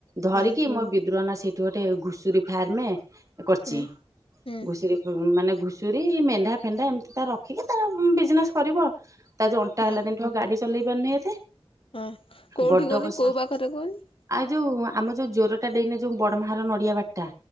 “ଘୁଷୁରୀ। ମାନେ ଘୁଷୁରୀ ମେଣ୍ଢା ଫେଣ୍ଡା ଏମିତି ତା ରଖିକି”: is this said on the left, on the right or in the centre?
Right